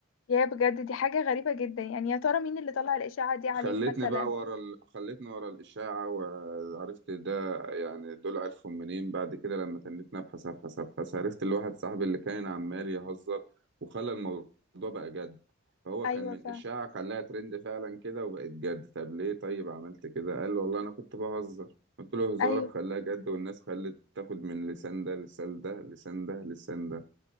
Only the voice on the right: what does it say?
خلتني
بقى ورا ال... خلتني ورا الإشاعة وعرفت ده يعني دول عرفهم منين بعد كده لما تنيت أبحث أبحث أبحث عرفت اللي واحد صاحبي اللي كان عمال يهزر وخلى الموضوع بقى جد فهو
كان من
إشاعة خلاها ترند فعلا كده وبقت جد طب ليه طيب عملت كده قال له والله أنا كنت بهزر قلت له هزارك
خلاها جد والناس خلت تاخد من لسان ده لسان ده لسان ده لسان ده